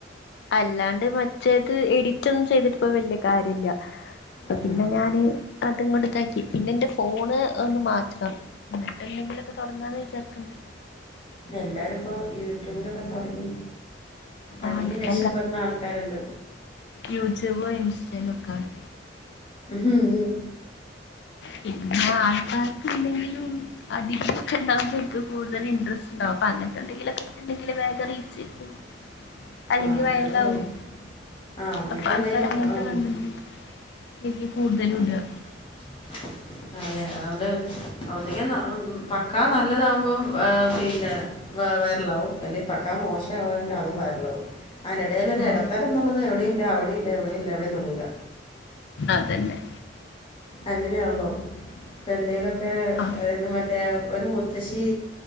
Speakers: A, on the left (about 65°); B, on the left (about 30°).
A: അല്ലാണ്ട് മറ്റേത് എഡിറ്റ് ഒന്നും ചെയ്തിട്ടിപ്പ വല്യ കാര്യ ഇല്ല
B: ഉം,
A: പിന്നെ ഞാന് അതങ്ങോണ്ട് ഇതാക്കി പിന്നെ എന്റെ ഫോണ് ഒന്ന് മാറ്റണം എന്നിട്ട് എന്തെങ്കിലൊക്കെ തുടങ്ങാന്ന് വിചാരിക്കുണ്ട്
B: എല്ലാരും ഇപ്പോ യൂട്യൂബിലൊക്കെ തൊടങ്ങി അങ്ങനെ
A: ആഹ് ഇപ്പ
B: രക്ഷപെടുന്ന ആൾക്കാരുണ്ട്
A: യൂട്യൂബോ ഇൻസ്റ്റയിലൊ കാണ്
B: ഹ് ഉം
A: പിന്നെ ആൾക്കാർക്ക് ഇല്ലെങ്കിലും ആഹ് ഡിഗ്രി ഒക്കെണ്ടാവുമ്പോ എക്ക് കൂടുതൽ ഇൻറെസ്റ്റ് ഉണ്ടാവും അപ്പ അങ്ങനെത്തെന്തെങ്കിലുക്കെ ഉണ്ടെങ്കിൽ വേഗം റീച്ച് കിട്ടും
B: <inaudible>
A: അല്ലെങ്കി വയറലാവും
B: അത് ശരി ആ ഒന്നിക്ക്
A: അപ്പൊ ആൾക്കാര്
B: എന്തേലും
A: അങ്ങനത്തെ
B: ഉം,
A: കണ്ടന്റ് എനിക്ക് കൂടുതലും
B: അതെ
A: ഇട്കാ
B: <inaudible> അതെ അതുകൊണ്ട് ഒന്നെങ്കിൽ പക്കാ നല്ലതാവുമ്പോം പിന്നെ വ വയറലാവും അല്ലെ പക്കാ മോശം ആവുവെങ്കിൽ അതും വയറലാവും ആതിനിടയില ഒരു
A: ആ
B: ഇടത്തരം എന്നുള്ളത് എവിടെയും ഇല്ല അവിടെ ഇല്ല എവിടെം ഇല്ല എവിടെയും തൊടൂല
A: അതന്നെ
B: അങ്ങനേള്ളോ ഇപ്പം എന്തെലൊക്കെ
A: ആ
B: ഇത് മറ്റ ഒരു മുത്തശ്ശി